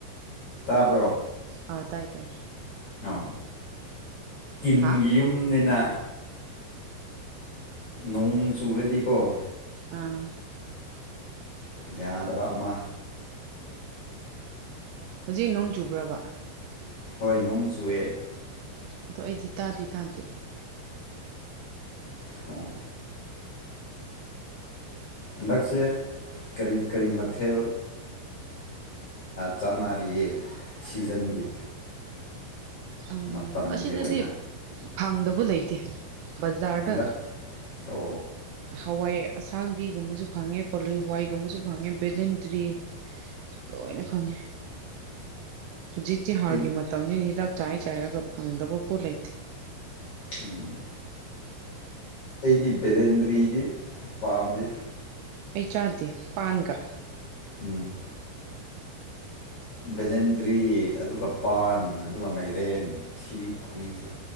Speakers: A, on the left; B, on the right.
A: ꯇꯥꯕ꯭ꯔꯣ
B: ꯑ ꯇꯥꯏ ꯇꯥꯏ
A: ꯑ ꯇꯤꯟꯒꯤ
B: ꯍꯥ
A: ꯌꯨꯝꯅꯤꯅ ꯅꯣꯡ ꯆꯨꯔꯗꯤꯀꯣ
B: ꯑꯥ
A: ꯌꯥꯗꯕ ꯃ
B: ꯍꯧꯖꯤꯛ ꯅꯣꯡ ꯆꯨꯕ꯭ꯔꯕ
A: ꯍꯣꯏ ꯅꯣꯡ ꯆꯨꯑꯦ
B: ꯑꯗꯣ ꯑꯩꯗꯤ ꯇꯥꯗꯦ ꯇꯥꯗꯦ
A: ꯑꯣ ꯍꯟꯗꯛꯁꯦ ꯀꯔꯤ ꯀꯔꯤ ꯃꯊꯦꯜ ꯆꯥꯅꯔꯤꯌꯦ ꯁꯤꯖꯟꯒꯤ
B: ꯎꯝ
A: ꯃꯇꯝꯒꯤ
B: ꯑꯁꯤꯗꯗꯤ
A: ꯑꯣꯏꯅ
B: ꯐꯪꯗꯕ ꯂꯩꯇꯦ ꯕꯖꯥꯔꯗ
A: ꯍꯟꯗꯛ ꯑꯣ
B: ꯍꯋꯥꯏ ꯑꯁꯥꯡꯕꯤꯒꯨꯝꯕꯁꯨ ꯐꯪꯉꯦ ꯀꯣꯂꯨ ꯍꯋꯥꯏꯒꯨꯝꯕꯁꯨ ꯐꯪꯉꯦ ꯕꯦꯂꯦꯟꯗ꯭ꯔꯤ ꯂꯣꯏꯅ ꯈꯪꯉꯤ ꯍꯧꯖꯤꯛꯇꯤ ꯍꯥꯔꯒꯤ
A: ꯑꯩꯗꯤ
B: ꯃꯇꯝꯅꯤꯅ ꯍꯤꯗꯥꯛ ꯆꯥꯏ ꯆꯥꯏꯔꯒ ꯐꯪꯗꯕ ꯄꯣꯠ ꯂꯩꯇꯦ
A: ꯎꯝ ꯑꯩꯗꯤ ꯕꯦꯂꯦꯟꯗ꯭ꯔꯤꯗꯤ ꯄꯥꯝꯗꯦ
B: ꯑꯩ ꯆꯥꯗꯦ ꯄꯥꯟꯒ
A: ꯎꯝ ꯚꯦꯂꯦꯟꯗ꯭ꯔꯤ ꯑꯗꯨꯒ ꯄꯥꯟ ꯑꯗꯨꯒ ꯃꯥꯏꯔꯦꯟ ꯑꯁꯤ ꯑꯍꯨꯝꯁꯦ